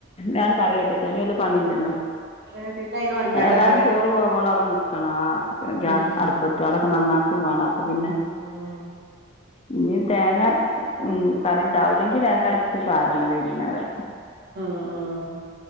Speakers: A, on the left; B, on the right.
A: ഞാൻ കറിയക്കിവെച്ച് അതിന് വല്യ പണി ഇല്ലല്ലോ
B: അതെ പിന്നെ അയിന് ഒരുങ്ങണ്ടല്ലേ
A: ഏതായാലും
B: ല്ലേ
A: ചോറ് വേവോളം അവിടെ നിക്കണം ആ ഗ്യാസ്
B: ഉം ഉം
A: അടുപ്പത്തി അവിടെക്കെ നന്നാക്കും വേണം അപ്പം പിന്നെ
B: ആഹ്
A: ഇഞ്ഞും തേങ്ങാ ഉ കറി ഉണ്ടാവൂല്ലെങ്കിൽ തേങ്ങരച്ച് പാരണം വൈകുന്നേരം
B: ഉം ഉം